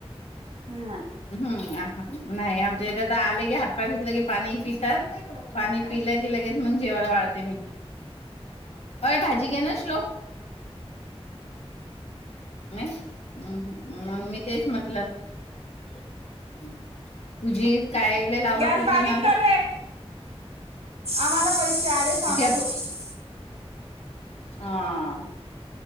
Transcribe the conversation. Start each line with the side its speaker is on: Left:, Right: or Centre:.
Right: नाही
Left: हम्म नाही आमच्या इथ आले की हात पाय धुतले की पाणी पितात पाणी पी लगे लगे लगेच मग जेवाला वाढते मी अय भाजी घेना शोल्ख नाहीम् <unintelligible> मग मी तेच म्हटलं कजर <unintelligible> कायले लावला
Right: गॅस
Left: पूजी
Right: बारीक
Left: न आता
Right: कर रे आम्हाला पैसे आले सांगत
Left: त्या
Right: होती
Left: ब
Right: ती.
Left: आ